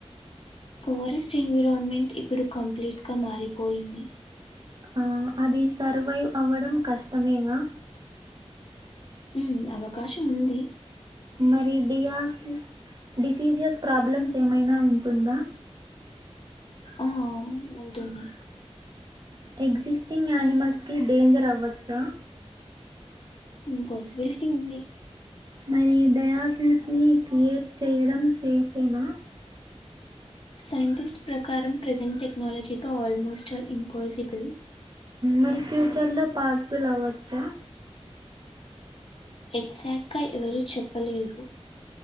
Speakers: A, on the left; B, on the right.
A: ఫారెస్ట్ ఎన్విరాన్మెంట్ ఇప్పుడు కంప్లీట్ గా మారిపోయింది.
B: ఆ అది సర్వైవ్ అవ్వడం కష్టమేనా.
A: ఉ అవకాశం ఉంది.
B: మరి డియాసి డిసీజీస్ ప్రాబ్లమ్స్ ఏమైనా ఉంటుందా?
A: ఆ అవు ఉంటుంది.
B: ఎగ్జిస్టింగ్ యానిమల్స్కి డేంజర్ అవ్వచ్చా?
A: పాసిబిలిటీ ఉంది.
B: మరి డయాసిస్ని క్రియేట్ చేయడం సేఫేనా.
A: సైంటిస్ట్ ప్రకారం ప్రెజెంట్ టెక్నాలజీతో ఆల్మోస్ట్ ఆల్ ఇంపాసిబుల్.
B: మరి ఫ్యూచర్లో పాస్బుల్ అవ్వచ్చా?
A: ఎగ్జాక్ట్గా ఎవరు చెప్పలేరు.